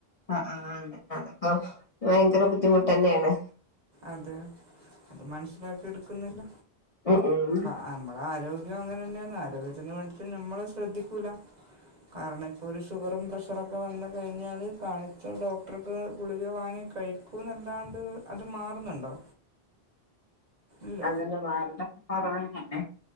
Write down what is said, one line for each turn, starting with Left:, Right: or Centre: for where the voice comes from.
Left: ആഹ് ആ് അതെ അതെ ആ വയങ്കര ബുദ്ധിമുട്ടന്നെയാണ്
Right: അതെ അത് മനസിലാക്കി എടുക്കുന്നില്ല
Left: ഉം ഉം
Right: അ നമ്മള ആരോ ഗ്യം അങ്ങനെ തന്നെയന്ന് ആരോഗ്യത്തിന് വേണ്ടിയിട്ട് നമ്മള് ശ്രദ്ധിക്കൂല്ല കാരണം ഇപ്പോ ഒരു ഷുഗറും പ്രഷറൊക്കെ വന്ന് കഴിഞ്ഞാല് കാണിച്ച ഡോക്ടർക്ക് ഗുളിക വാങ്ങി കഴിക്കൂന്നല്ലാണ്ട് അത് മാറുന്നുണ്ടോ ഇല്ല
Left: അതന്നെ വേറെടൊക്കെ പറ <unintelligible> ആ